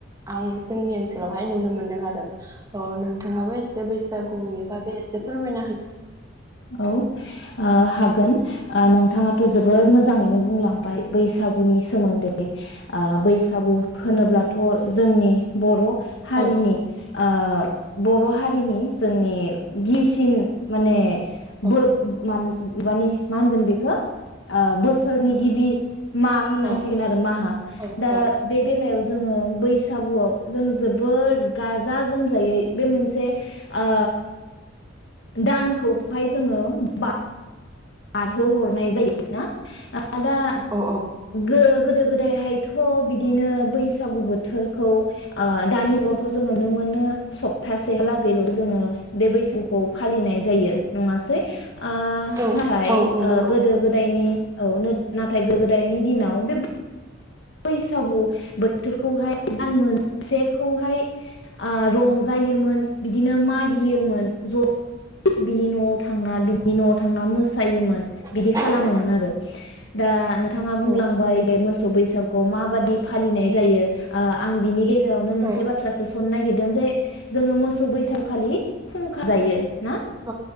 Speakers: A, on the right; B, on the left.
A: आं जोंनि ओनसोलावहाय नुनो मोनदों आरो अ थाङाबो एसे बैसागुनि बागै ए से फोरमाय
B: औ आ हागोन। आ नोंथाङाथ' जोबोर मोजाङैनो बुंलांबाय बैसागुनि सोमोन्दै आ‌ बैसागु होनोब्लाथ' जोंनि बर' हारिनि
A: औ
B: आ बर' हारिनि जोंनि गिसिन माने
A: औ
B: बो मान इ बानि मा होनगोन बेखौ ओ बोसोरनि गिबि मा होननांसिगोन
A: औ
B: आरो माहा
A: औ
B: दा
A: औ
B: बे बेलायाव जोङो बैसागुआव जों जोबोद गाजा गोमजायै बे मोनसे ओ दानखौहाय जोङो बा बारहो हरनाय जायो ना? आदा
A: औ
B: गो गोदो गोदायहायथ' बिदिनो बैसागु बोथोरखौ ओ दानि जुगावथ' जों नुनो मोनो सप्तासे लागैल' जोङो बे बैसगुखौ फालिनाय जायो नङासै आ
A: औ
B: नाथाय
A: औ औ
B: ओ
A: नंगौ
B: गोदो गोदायनि औ नो नाथाय गो गोदायनि दिनाव बे बैसागु बोथोरखौहाय दान मोनसेखौहाय आ रंजायोमोन बिदिनो मागियोमोन ज' बिनि न'आव थांना बिन न'आव थांना मोसायोमोन बिदि
A: औ
B: खालामोमोन आरो दा नोंथाङा बुंलांबाय
A: औ
B: जे मोसौ बैसागखौ माबादि फालिनाय जायो ओ आं बिनि गेज जेरावनो
A: औ
B: मोनसे बाथ्रा सोसननो नागिरदों जे जोङो मोस सौ बैसागु खालि खुंखा जायो। ना
A: औ